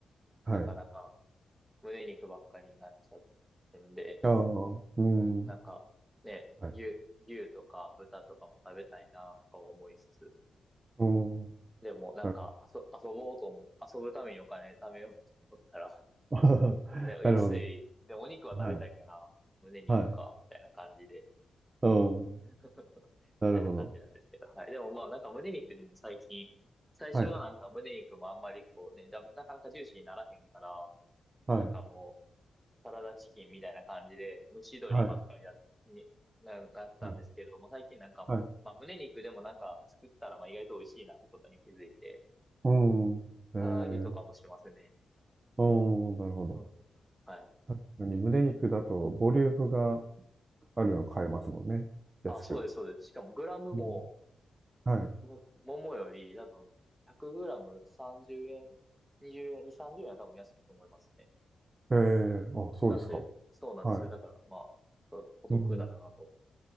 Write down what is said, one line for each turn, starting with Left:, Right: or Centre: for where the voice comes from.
Right: はい。
Centre: なかなか胸肉ばっかりになっちゃってんで、
Right: ああ、うん。
Centre: うん、なんかね、
Right: はい。
Centre: 牛、牛とか豚とかも食べたいな、とか思いつつ、
Right: うん。
Centre: でも、なんか、
Right: はい
Centre: 遊、遊ぼうと思っ遊ぶためにお金貯めようと思ったら、
Right: <laughs>
Centre: <laughs> で安い。
Right: なるほど。
Centre: で、お肉は食べたいから、
Right: はい。
Centre: 胸肉か、
Right: はい。
Centre: みたいな感じで、
Right: うん。
Centre: <laughs>
Right: なるほど。
Centre: みたいな感じなんですけど、はい。でも、まあ、なんか胸肉でも最近、最初はなんか胸肉もあんまりこうね、
Right: はい。
Centre: だなかなかジューシーにならへんから、
Right: はい。
Centre: なんかもう、サラダチキンみたいな感じで、蒸し鶏ばっかりだ、
Right: はい。
Centre: に、な、なったんですけども、
Right: はい。
Centre: 最近なんかもう、
Right: はい。
Centre: まあ、胸肉でもなんか作ったら、まあ、意外と美味しいなってことに気づいて、
Right: うん。えー、
Centre: 唐揚げとかもしますね。
Right: うん、なるほど。
Centre: うんはい。
Right: 確かに胸肉だとボリュームがあるの買えますもんね。安く。
Centre: あ、そうです、そうです。しかもグラムも、
Right: うん。はい。
Centre: も、桃より多分、100グラム30円、20円、2、30円は多分安いと思いますね。
Right: えー、あ、そうですか。
Centre: なんで、うん。そうなんですよ。
Right: は
Centre: だから、まあ、おお得だなと。
Right: い。うん。